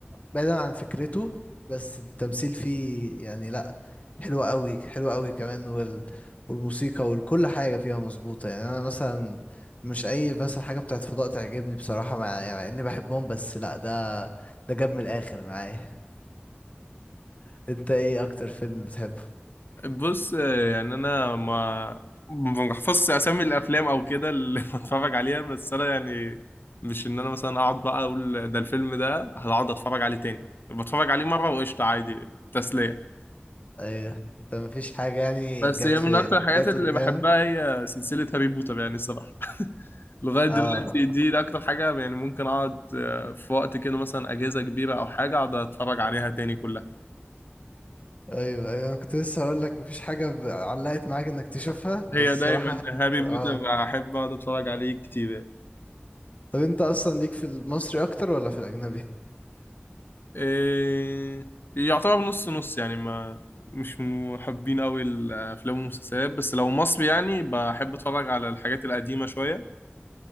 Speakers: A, on the left (about 35°); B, on the left (about 60°).
A: بعيدا عن فكرته بس التمثيل فيه يعني لأ حلو قوي حلو قوي كمان وال... والموسيقى وكل حاجة فيها مظبوطة يعني أنا مثلا مش أي مثلا حاجة بتاعت فضاء تعجبني بصراحة مع, يعني مع إني بحبهم بس لأ ده ده جاب من الآخر معايا <laughs> أنت إيه أكتر فيلم بتحبه؟
B: بص يعني انا ما ما بحفظش اسامي الافلام او كده اللي <laughs> بتفرج عليها بس انا يعني مش ان انا مثلا اقعد بقى اقول ده الفيلم ده هقعد اتفرج عليه تاني بتفرج عليه مره وقشطه عادي تسليه
A: أيوه أنت مفيش حاجة يعني
B: بس
A: جت
B: هي
A: في
B: من اكتر الحاجات
A: جت
B: اللي
A: قدامك؟
B: بحبها هي سلسله هاري بوتر يعني الصراحه <laughs> لغايه دلوقتي
A: اه
B: دي اكتر حاجه يعني ممكن اقعد آه، في وقت كده مثلا اجازه كبيره او حاجه اقعد اتفرج عليها تاني كلها
A: ايوه ايوه أنا كنت لسه هقول لك مفيش حاجه ب- علقت معاك انك تشوفها بس
B: هي
A: الصراحه
B: دايما هاري
A: اه
B: بوتر بحب اقعد اتفرج عليه كتير
A: طب انت اصلا ليك في المصري اكتر ولا في الاجنبي
B: إيه يعتبر نص نص يعني ما مش محبين قوي الافلام والمسلسلات بس لو مصري يعني بحب اتفرج على الحاجات القديمه شويه